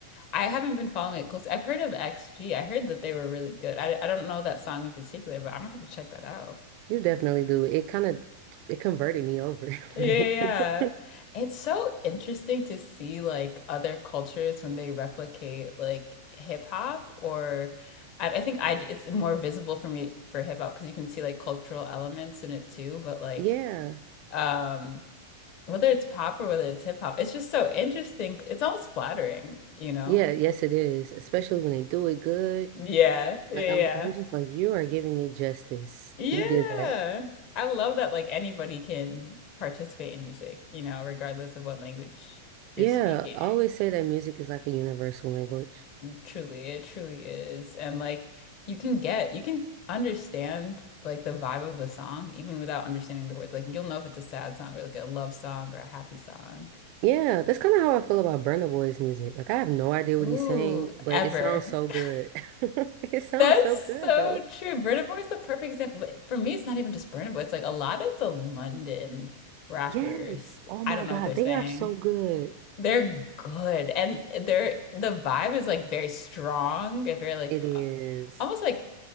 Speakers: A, on the left; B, on the right.
A: I haven't been following it close. I've heard of XG. I heard that they were really good. I I don't know that song in particular, but I'm gonna have to check that out.
B: you definitely do. It kind of it converted me over. <laughs>
A: Yeah,
B: Like
A: yeah. yeah.
B: <laughs>
A: It's so interesting to see like other cultures when they replicate like hip hop or I, I think I it's more visible for me for hip hop because you can see like cultural elements in it too, but like
B: Yeah,
A: um whether it's pop or whether it's hip hop, it's just so interesting. It's almost flattering, you know?
B: Yeah, yes, it is, especially when they do it good.
A: Yeah, yeah,
B: Like I'm,
A: yeah.
B: I'm just like, you are giving it justice.
A: Yeah.
B: You did that.
A: I love that like anybody can participate in music, you know, regardless of what language you're
B: Yeah,
A: speaking.
B: I always say that music is like a universal language.
A: Truly, it truly is. And like you can get, you can understand like the vibe of a song even without understanding the words. Like you'll know if it's a sad song or like a love song or a happy song.
B: Yeah, that's kind of how I feel about Burna Boy's music. Like I have no idea what
A: Ooh,
B: he's saying, but
A: ever.
B: it sounds so
A: <laughs>
B: good. <laughs> It sounds
A: That's
B: so good
A: so
B: though.
A: true. Burna Boy is the perfect example. But For me, it's not even just Burna Boy. It's like a lot of the London rappers.
B: Yes. Oh my
A: I don't
B: God,
A: know what they're
B: they
A: saying.
B: are so good.
A: They're good and they're the vibe is like very strong and very like
B: It is.
A: uh, almost like